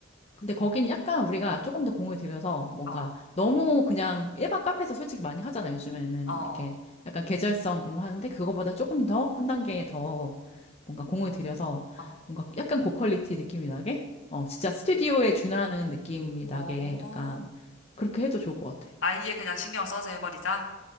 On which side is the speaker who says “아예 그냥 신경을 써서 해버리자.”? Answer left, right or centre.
Left